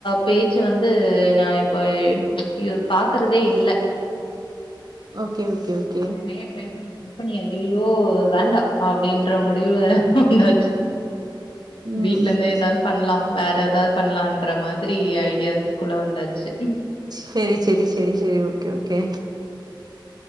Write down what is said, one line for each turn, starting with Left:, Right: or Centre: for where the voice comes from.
Left: பேஜ் வந்து நா இப்ப இது பாக்குறதே இல்ல
Right: ஓகே ஓகே ஓகே
Left: நெறயா ட்ரை பண்ணி ட்ரை பண்ணி ஐயயோ வேண்டா அப்படின்ற முடிவுல வந்தாச்சு
Right: ம்,
Left: வீட்ல
Right: ம்.
Left: இருந்தே ஏதாது பண்லா வேற ஏதாது பண்லான்ற மாதிரி ஐடியாஸ்குள்ள வந்தாச்சு
Right: செரி செரி செரி செரி ஓகே ஓகே